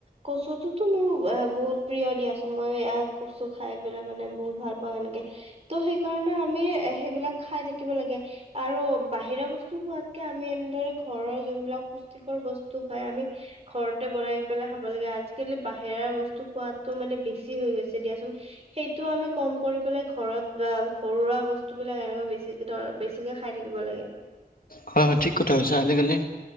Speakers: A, on the right; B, on the left.
A: কচুটোতো মোৰ বহুত প্ৰিয় দিয়াচোন মই কচু খাই পেলাই মানে বহুত ভাল পাওঁ এনেকে ত সেই কাৰণে আমি এ সেইবিলাক খাই থাকিব লাগে আৰু বাহিৰা বস্তু খোৱাতকে আমি এনেদৰে ঘৰৰ যোনবিলাক পুষ্টিকৰ বস্তু হয় আমি ঘৰতে বনাই পেলাই খাব লাগে। আজিকালি বাহিৰা বস্তু খোৱটো মানে বেছি হৈ গৈছে দিয়াচোন। সেইটো আমি কম কৰি পেলাই ঘৰত বা ঘৰুৱা বস্তু বিলাক এনেকুৱৈ বেছি ধৰ বেছি বেছিকে খাই থাকিব লাগে।
B: হয় হয় ঠিক কথা কৈছা। আজিকালি